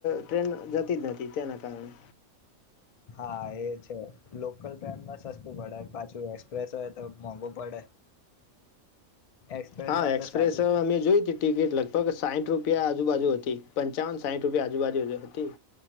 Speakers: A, on the left; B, on the left.
A: ટ્રેન જતી જ નથી તેના કારણે
B: હા એ છે લોકલ ટ્રેનમાં સસ્તું પડે પાછું એક્સપ્રેસ હોય તો મોંઘું પડે એક્સપ્રેસમાં
A: હા એક્સપ્રેસ
B: તો સાદું
A: અમે જોઈ તી ટિકિટ લગભગ સાહીઠ રૂપ આજુબાજુ હતી પંચાવન સાઠ રુપીયા આજુબાજુ હતી